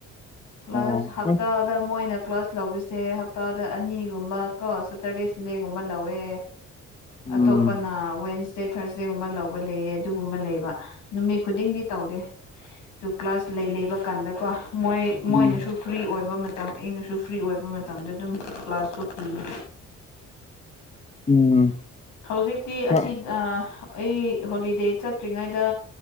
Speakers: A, on the left; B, on the left.
A: ꯀ꯭ꯂꯥꯁ
B: ꯑꯣ
A: ꯍꯞꯇꯥꯗ
B: ꯍꯣꯏ
A: ꯃꯣꯏꯅ ꯀ꯭ꯂꯥꯁ ꯂꯧꯕꯁꯦ ꯍꯞꯇꯥꯗ ꯑꯅꯤꯒꯨꯝꯕ ꯀꯣ ꯁꯦꯠꯇꯔꯗꯦ ꯁꯟꯗꯦꯒꯨꯝꯕ ꯂꯧꯋꯦ
B: ꯎꯝ
A: ꯑꯇꯣꯞꯄꯅ ꯋꯦꯟꯅꯁꯗꯦ ꯊꯥꯔꯁꯗꯦꯒꯨꯝꯕ ꯂꯧꯕ ꯂꯩꯌꯦ ꯑꯗꯨꯒꯨꯝꯕ ꯂꯩꯕ ꯅꯨꯃꯤꯠ ꯈꯨꯗꯤꯡꯗꯤ ꯇꯧꯗꯦ ꯇꯨ ꯀ꯭ꯂꯥꯁ ꯂꯩ ꯂꯩꯕ ꯀꯥꯟꯗꯀꯣ ꯃꯣꯏ ꯃꯣꯏꯅꯁꯨ
B: ꯎꯝ
A: ꯐ꯭ꯔꯤ ꯑꯣꯏꯕ ꯃꯇꯝ ꯑꯩꯅꯁꯨ ꯐ꯭ꯔꯤ ꯑꯣꯏꯕ ꯃꯇꯝꯗ ꯑꯗꯨꯝ ꯀ꯭ꯂꯥꯁꯇꯣ ꯄꯤꯌꯦ
B: ꯎꯝ
A: ꯍꯧꯖꯤꯛꯇꯤ
B: ꯈꯔ
A: ꯑꯁꯤ ꯑ ꯑꯩ ꯍꯣꯂꯤꯗꯦ ꯆꯠꯇ꯭ꯔꯤꯉꯩꯗ